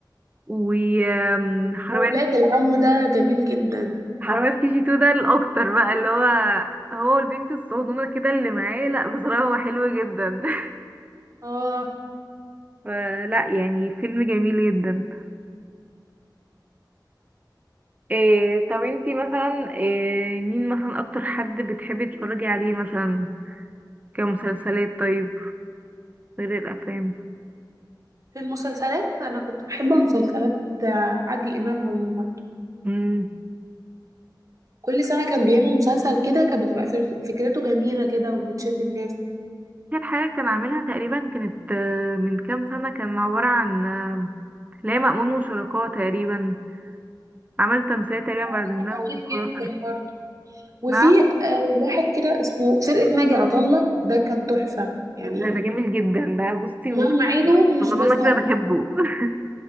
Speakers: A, on the right; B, on the right.
A: وحرامية حرامية
B: وولاد العم ده جميل جدا
A: حرامية في كي جي تو ده الأكتر بقى اللي هو هو البنت الصغنونة كده اللي معاه لا بصراحة هو حلو جدا <laughs>
B: اه
A: فلا يعني فيلم جميل جدا إيه طب انتي مثلا إيه مين مثلا اكتر حد بتحبي تتفرجي عليه مثلا كمسلسلات طيب غير الافلام
B: في المسلسلات انا كنت بحب مسلسلات آه، عادل امام عموما
A: امم
B: كل سنة كان بيعمل مسلسل كده كانت بتبقى فر- فكرته جميلة كده وبتشد الناس
A: اخر حاجه كان عاملها تقريبا كانت آه، من كام سنه كان عباره عن آه، لا مأمون وشركاه تقريبا عمل تمثيلية تقريبا
B: مسلسل
A: بعد ما
B: خطير
A: وخلاص
B: جدا برضه وفي
A: نعم
B: آه، واحد كده اسمه فرقة ناجي عطا الله ده كان تحفة يعني
A: ده ده جميل جدا ده بصي من
B: مهما
A: وجهة-
B: أعيده مش
A: والله
B: بزهق
A: انا كده بحبه
B: منه
A: <laughs>